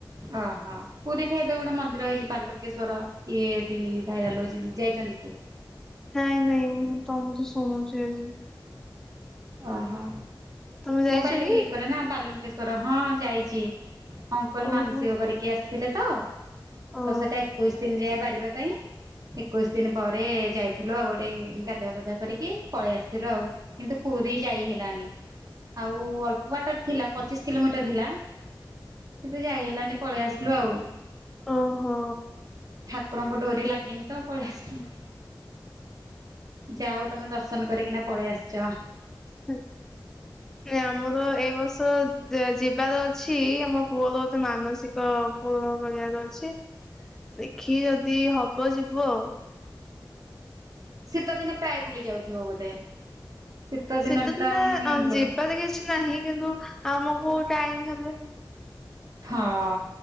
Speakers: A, on the right; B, in the centre.
A: ଓହୋ ପୁରୀଠି ଏବେ ଗୋଟେ ମନ୍ଦିର ହେଇଛି ବାଲୁକେଶ୍ଵର ଇଏ ବି ଭାଇରାଲ ହଉଛି ଯାଇଛନ୍ତି। <inaudible>
B: ନାଇଁ-ନାଇଁ ମୁଁ ତମଠୁ ଶୁଣୁଛି ଆଜି।
A: ଓହୋ
B: ତମେ ଯାଇଛ
A: ମୋବାଇଲ
B: କି?
A: ବି କରେ ନା ବାଲୁଙ୍କେଶ୍ଵର ହଁ ଯାଇଛି। ଅଙ୍କଲ
B: ଓହୋ
A: ମାନସିକ କରିକି ଆସିଥିଲେ ତ-ତ
B: ଓ
A: ସେଟା ଏକୋଇଶି ଦିନ ଯାଏ ବାରି ପାଇଁ ଏକୋଇଶି ଦିନ ପରେ ଯାଇଥିଲୁ ଆଉ ଗୋଟେ ଗାଧୁଆ ପାଧୁଆ କରିକି ପଳେଇ ଆସିଥିଲୁ ଆଉ କିନ୍ତୁ ପୁରୀ ଯାଇ ହେଲାନି ଆଉ ଅଳ୍ପ ବାଟରେ ଥିଲା ପଚିଶ୍ କିଲୋମିଟର ଥିଲା। କିନ୍ତୁ ଯାଇ ହେଲାନି ପଳେଇ ଆସିଲୁ ଆଉ।
B: ଓ ହୋ।
A: ଠାକୁରଙ୍କ ଡୋରି ଲାଗିନି ତ ପଳେଇ ଆସିଲୁ ଯାହା ହଉ ତମେ ଦର୍ଶନ କରିକିନା ପଳେଇ ଆସଚ।
B: ହୁଁ। ଏ ଆମର ଏଇ ବର୍ଷ ଯିବାର ଅଛି ଆମ ପୁଅର ଗଟେ ମାନସିକ ସମ୍ପୁର୍ଣ୍ଣ କରିବାର ଅଛି ଦେଖି ଯଦି ହବ ଯିବୁ ଆଉ।
A: ଶୀତ ଦିନେ ପ୍ରାୟେ ବୁଲି ଯାଉଥିବ ବୋଧେ। ଶୀତ ଦିନରେ
B: ଶୀତଦିନେ
A: ତ ହିଁ ବୁଲି
B: ଯିବାର କିଛି ନାହିଁ କିନ୍ତୁ ଆମକୁ ଟାଇମ ହେଲେ
A: ହଁ